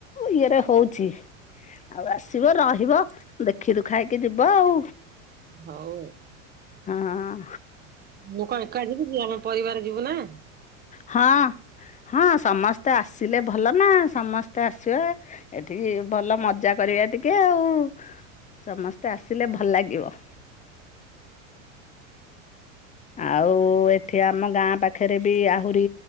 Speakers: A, on the left; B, on the right.
A: ଇଏରେ ହଉଛି ଆଉ ଆସିବ ରହିବ ଦେଖି ଦୁଖାଇକି ଯିବ ଆଉ
B: ହଉ
A: ହଁ।
B: ମୁଁ କଣ ଏକ ଯିବି କି ଆମ ପରିବାର ଯିବୁ ନା?
A: ହଁ ହଁ ସମସ୍ତେ ଆସିଲେ ଭଲ ନା ସମସ୍ତେ ଆସିବେ ଏଠିକି ଭଲ ମଜା କରିବା ଟିକେ ଆଉ ସମସ୍ତେ ମତେ ଆସିଲେ ଭଲ ଲାଗିବ। ଆଉ ଏଠି ଆମ ଗାଁ ପାଖରେ ବି ଆହୁରି